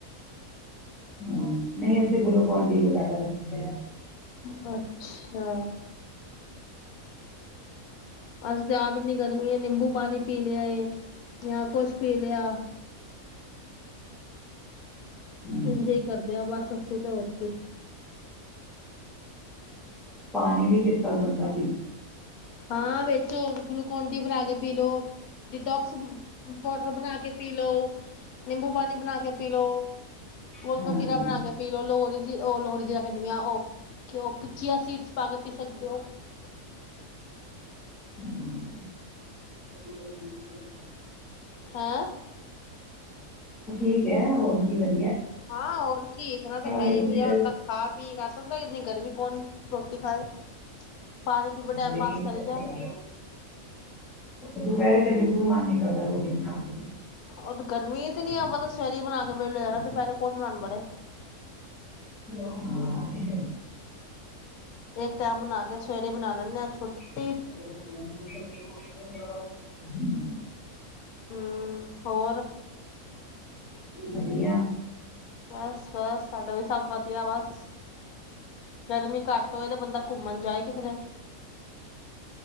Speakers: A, in the centre; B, on the left (about 85°).
A: ਹੂ, ਨਹੀਂ ਅਸੀਂ ਤੇ ਗੁਲੂਕੋਨ ਡੀ ਵਗੈਰਾ ਦਾ ਜੈ
B: ਅੱਛਾ ਅਸੀ ਤਾਂ ਆਪ ਵੀ ਇੰਨੀ ਗਰਮੀ ਏ, ਨਿੰਬੂ ਪਾਣੀ ਪੀ ਲਿਆ ਏ, ਜਾਂ ਕੁਛ ਪੀ ਲਿਆ।
A: ਹਾਂਜੀ
B: ਇੰਜੋ ਈ ਕਰਦੇ ਆ ਬਸ। ਇਧਾ ਹੋਰ ਕੀ।
A: ਪਾਣੀ ਵੀ ਕੀਤਨਾ ਬੰਦਾ ਪੀ
B: ਹਾਂ ਵਿੱਚ ਤੇ ਹੋਰ, ਗਲੂਕੋਨ ਡੀ ਬਣਾ ਕੇ ਪੀ ਲੋ। ਟੋਕਸ ਬੁੱਕ ਵਾਟਰ ਬਣਾ ਕੇ ਪੀ ਲੋ। ਨਿੰਬੂ ਪਾਣੀ ਬਣਾ ਕੇ ਪੀ ਲੋ, ਗੋਂਦ
A: ਹਾਂ
B: ਕਤੀਰਾ ਬਣਾ ਕੇ ਪੀ ਲੋ, ਲੋਹਰੀ ਜੀ ਉਹ ਲੋਹਰੀ ਜੀਰਾ ਕਹਿੰਦੀ ਪਇ ਆਂ, ਔਹ ਚਿਆ ਸੀਡਸ ਪਾ ਕੇ ਪੀ ਸਕਦੇ ਹੋ, ਪਾ
A: ਹਮ <inaudible>
B: ਹੈਂ
A: ਠੀਕ ਹੈ, ਹੋਰ ਕੀ ਲ
B: ਹਾਂ ਹੋਰ ਕੀ ਇਸ ਤਰ੍ਹਾਂ ਤਾਂ ਹੈ
A: ਲਿਕੁਇਡ
B: ਹੀ ਵਈਆ ਬੰਦਾ, ਖਾ ਪੀ ਕਰ ਸਕਦਾ ਇਤਨੀ ਗਰਮੀ ਕੌਣ ਰੋਟੀ ਖਾਔ, ਪਾਣੀ ਪੀ ਪੀ ਟਾਇਮ
A: ਲਿਕੁਇਡ
B: ਪਾਸ ਕਰੀ ਜਾਓ।
A: ਦੁਪਹਿਰੇ ਬਿਲਕੁਲ ਮਨ ਨੀ ਕਰਦਾ ਰੋਟੀ ਬਣਾਂਨ ਤੇ।
B: ਔ ਤੇ ਗਰਮੀ ਇਤਨੀ ਐ, ਆਪਾਂ ਤਾ ਸਵੇਰੇ ਹੀ ਬਣਾ ਕੇ ਵੇਲੇ ਹੋ ਜਾਏ, ਦੁਪਹਿਰੇ ਕੌਣ ਬਣਾਉਣ ਵੜੇ।
A: ਹਾਂ, ਇਹ ਤੇ ਹੈ।
B: ਇੱਕ ਟਾਇਮ ਬਣਾ ਕੇ, ਸਵੇਰੇ ਈ ਬਣਾ ਲੈਂਦੇ ਆ ਅਸੀ ਤੇ। ਹੁਣ
A: <unintelligible>
B: ਹਮ ਹੋਰ
A: ਵਧੀਆ
B: ਬਸ ਬਸ ਸਾਡਾ ਵੀ ਸਭ ਵਧੀਆ ਬਸ ਗਰਮੀ ਘੱਟ ਹੋਏ ਤੇ ਬੰਦਾ ਘੁੰਮਣ ਜਾਏ ਕਿਧਰੇ